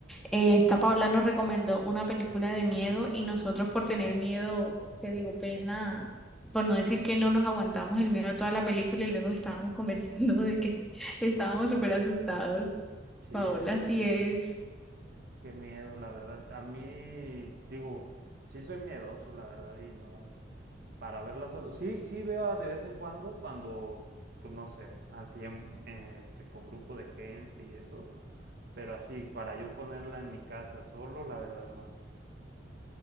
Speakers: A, in the centre; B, on the right.
A: eh, esta Paula nos recomendó una película de miedo y nosotros por tener miedo, te digo, pena, por no decir que no nos aguantamos el miedo a toda la película y luego estábamos conversando <laughs> de que estábamos súper asustados.
B: Sí,
A: Paola,
B: no.
A: así es.
B: Qué miedo, la verdad. A mí, digo, sí soy miedoso, la verdad, y no. Para verla solo. Sí, sí veo de vez en cuando, cuando, pues no sé, así en- eh, este, con grupo de gente y eso. Pero así, para yo ponerla en mi casa solo, la verdad no.